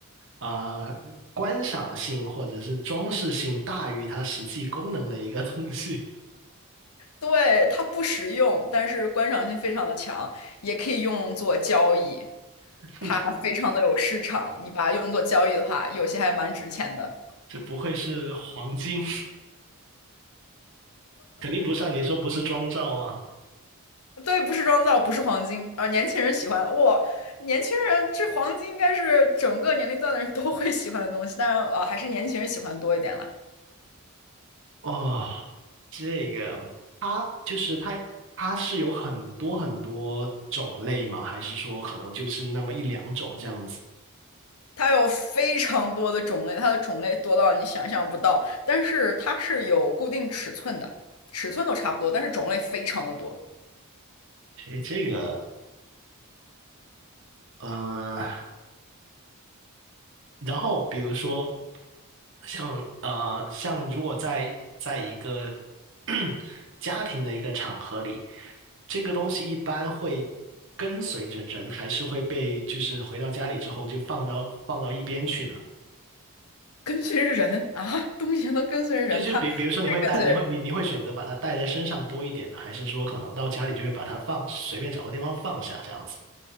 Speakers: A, on the right; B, on the left.
A: 啊、观赏性或者是装饰性大于它实际功能的一个东西，
B: 对，它不实用，但是观赏性非常的强，也可以用作交易，
A: <laughs>
B: 它非常的有市场。你把它用作交易的话，有些还蛮值钱的。
A: 这不会是黄金？肯定不算，你说不是妆造吗？
B: 对，不是妆造，不是黄金啊，年轻人喜欢哇，年轻人这黄金应该是整个年龄段的人都会喜欢的东西，但是啊，呃还是年轻人喜欢多一点了。
A: 哦，这个它就是它，它是有很多很多种类吗？还是说可能就是那么一两种这样子？
B: 它有非常多的种类，它的种类多到你想象不到，但是它是有固定尺寸的，尺寸都差不多，但是种类非常的多。
A: 诶，这个，呃，然后比如说像呃像如果在在一个 <clears throat> 家庭的一个场合里，这个东西一般会跟随着人，还是会被就是回到家里之后就放到放到一边去呢？
B: 跟随着人啊，东西还能跟随着人，
A: 就就比比如说你会带，
B: 它不会跟随人
A: 你会你你会选择把它带在身上多一点呢，还是说可能到家里就会把它放，随便找个地方放下这样子？